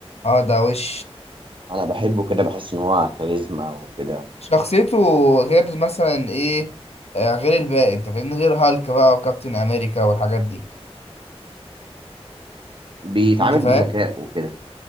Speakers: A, on the left; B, on the right.
A: اه ده وش
B: انا بحبه كده بحس ان هو كاريزما وكده
A: شخصيته غير مثلا ايه آه غير الباقي انت فاهمني غير هالك بقى وكابتن امريكا والحاجات دي
B: بيتعامل
A: انت فاهم
B: بذكاء وكده